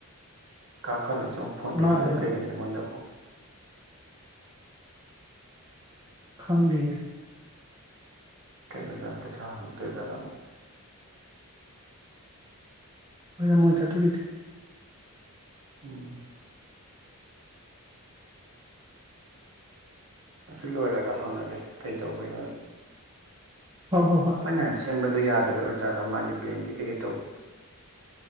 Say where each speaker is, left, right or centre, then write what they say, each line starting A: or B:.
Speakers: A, on the right; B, on the right.
A: ꯀꯥ ꯀꯜꯂꯨꯁꯤ ꯑꯃꯨꯛ ꯐꯣꯟ ꯇꯧꯁꯤꯜꯂꯛꯑꯦ
B: ꯃꯥ ꯑꯗꯨꯃ
A: ꯀꯩꯒꯤꯅꯣ ꯑꯩꯉꯣꯟꯗ ꯑꯃꯨꯛ
B: ꯈꯪꯗꯤꯌꯦ
A: ꯀꯩ ꯑꯣꯏꯖꯥꯠꯅꯣ ꯄꯩꯁꯥ ꯍꯥꯡꯉꯛꯇꯣꯏꯖꯥꯠꯂ ꯑꯃꯨꯛ
B: ꯑꯣꯏꯔꯝꯃꯣꯏꯗ ꯑꯗꯨꯒꯤꯗꯤ
A: ꯎꯝ ꯑꯁꯤ ꯂꯣꯏꯔꯒ ꯍꯪꯉꯒꯦ ꯀꯩꯗꯧꯕꯩꯅꯣꯅ
B: ꯍꯣꯏ ꯍꯣꯏ ꯍꯣꯏ
A: ꯃꯣꯏ ꯅꯍꯥꯟ ꯁꯦꯝꯕꯗꯣ ꯌꯥꯗꯕꯩ ꯑꯣꯏ ꯖꯥꯠꯂꯥ ꯃꯥꯒꯤ ꯕꯦꯡꯒꯤ ꯀꯩꯀꯩ ꯇꯧꯕꯗꯣ